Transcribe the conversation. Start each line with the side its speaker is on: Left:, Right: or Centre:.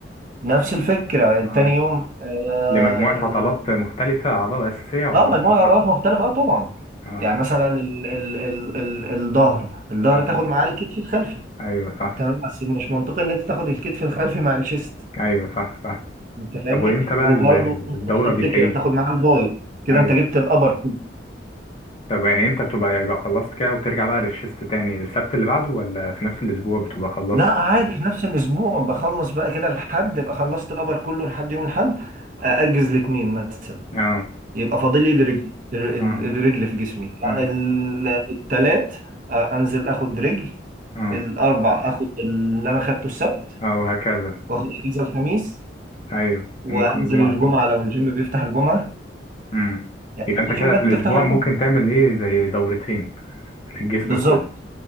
Right: نفس الفكرة تاني
Left: اه
Right: يوم آه,
Left: لمجموعة
Right: ال-
Left: عضلات مختلفة عضلة أساسية وعضلات
Right: آه مجموعة
Left: مساعدة
Right: العضلات مختلفة آه طبعا
Left: اه
Right: يعني مثلا ال... ال... ال... ال... الظهر الظهر
Left: اه
Right: تاخد معاه الكتف الخلفي
Left: ايوه صح
Right: تمام بس مش منطقي إن أنت تاخد الكتف الخلفي مع الشيست
Left: ايوه صح صح
Right: أنت فاهمني؟
Left: طب وامتى بقى
Right: وبرضه نفس
Left: الدورة
Right: الفكرة
Left: بتعيد؟
Right: تاخد معاه الباي كده
Left: أيوه.
Right: أنت جبت الأبر
Left: طب يعني امتى بتبقى يبقى خلصت كده وترجع بقى للشيست تاني السبت اللي بعده ولا في نفس الاسبوع بتبقى خلصت
Right: لا عادي في نفس الاسبوع بخلص بقى كده الحد ابقى خلصت القبر كله لحد يوم الحد اجز الاثنين مثلا
Left: اه
Right: يبقى فاضل لي الرجل ال-
Left: اه
Right: الرجل في جسمي
Left: ايوه
Right: الثلاث انزل اخد رجل
Left: اه
Right: الاربع اخد اللي انا خدته السبت
Left: اه وهكذا
Right: واخد اجازه الخميس
Left: ايوه
Right: وانزل
Left: وممكن الجمعة
Right: الجمعه
Left: تاني
Right: لو الجيم بيفتح الجمعه
Left: امم
Right: يعني
Left: يبقى
Right: في
Left: انت كده
Right: جيمات
Left: في الاسبوع
Right: بتفتح الجمعه
Left: ممكن تعمل ايه زي دورتين في الجسم
Right: بالظبط
Left: كله